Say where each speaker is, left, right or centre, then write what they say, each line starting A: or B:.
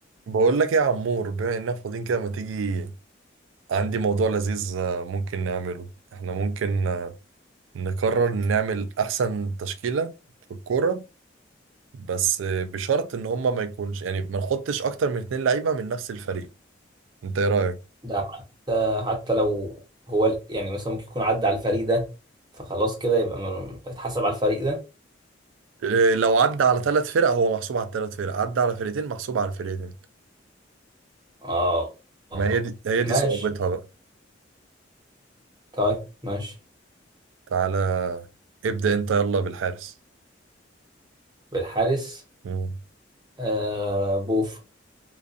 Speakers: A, on the right (about 85°); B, on the right (about 20°).
A: بقول لك ايه يا عمور بما اننا فاضيين كده ما تيجي عندي موضوع لذيذ آه، ممكن نعمله احنا ممكن آه، نقرر نعمل احسن تشكيلة في الكورة بس آه، بشرط ان هما ما يكونش يعني ما نحطش اكتر من اتنين لعيبة من نفس الفريق انت ايه رأيك
B: ده حتى حتى لو هو ال- يعني مثلا ممكن يكون عدى على الفريق ده فخلاص كده يبقى مل- اتحسب على الفريق ده
A: آه، لو عدى على ثلاث فرق هو محسوب على الثلاث فرق عدى على فرقتين محسوب على الفرقتين
B: اه
A: ما
B: اه
A: هي دي هي دي
B: ماشي
A: صعوبتها بقى
B: طيب ماشي
A: تعالى ابدأ انت يلا بالحارس
B: بالحارس
A: مم.
B: آه بوف